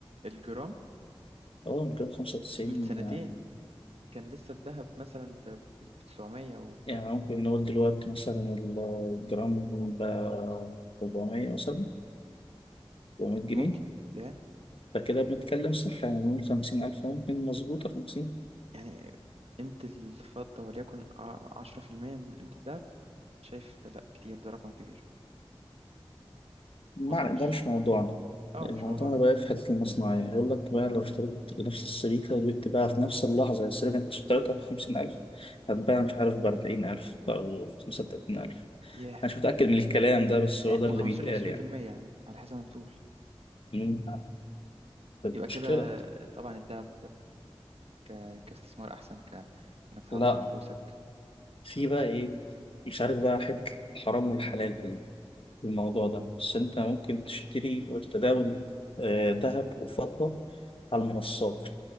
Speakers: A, on the right (about 80°); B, on the left (about 60°).
A: الجرام
B: أول كان خمسة وتسعين
A: من سنتين
B: آه،
A: كان لسه الذهب مثلا ب ب- ب 900 وكده
B: يعني ممكن نقول دلوقتي مثلا الجرام ب 400 مثلا 400 جنيه
A: ممكن يا
B: فكده بنتكلم صح يعني نقول 50000 ممكن مظبوطة 50
A: يعني قيمه الفضه وليكن ع- 10% من قيمه الذهب شايف لا كتير ده رقم كبير
B: معنى
A: ما اظنش
B: ده مش موضوعنا
A: اه
B: موضوعنا
A: مش موضوعنا
B: بقى في حتة المصنعية يقول لك بقى لو اشتريت نفس السبيكة وجيت تباعها في نفس اللحظة السبيكة اللي أنت اشتريتها بخمسين ألف هتباع مش عارف بأربعين ألف أو بخمسة وتلاتين ألف
A: ياه
B: أنا مش متأكد من الكلام ده بس هو
A: يعني
B: ده
A: من
B: اللي
A: 15
B: بيتقال
A: ل 20%
B: يعني
A: على حسب ما بتقول
B: مم. طب
A: يبقى
B: مشكلة
A: كده طبعا الدهب ك... كاستثمار احسن ك انك تحافظ
B: لا
A: على فلوسك
B: في بقى إيه مش عارف بقى حتة الحرام والحلال في الموضوع ده بس أنت ممكن تشتري أو تتداول آه، ذهب وفضة على المنصات